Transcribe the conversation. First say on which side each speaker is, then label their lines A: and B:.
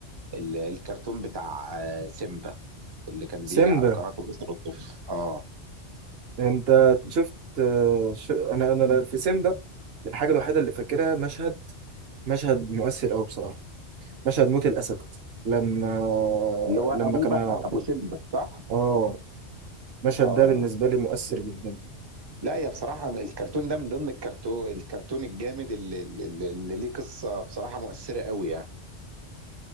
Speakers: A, on the right; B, on the right.
A: ال الكرتون بتاع آه، سيمبا اللي كان
B: سيمبا
A: بيجي على قناه الاسره والطفل اه
B: انت شفت آه، ش... انا انا أنا في سيمبا الحاجه الوحيده اللي فاكرها مشهد مشهد مؤثر قوي بصراحه مشهد موت الاسد لما
A: اللي هو ابوه
B: لما كان
A: بقى
B: هيعض
A: ابو سيمبا صح
B: اه المشهد
A: اه
B: ده بالنسبه لي مؤثر جدا
A: لا يا بصراحة الكرتون ده من ضمن الكرتون الكرتون الجامد اللي, اللي, اللي ليه قصة بصراحة مؤثرة قوي يعني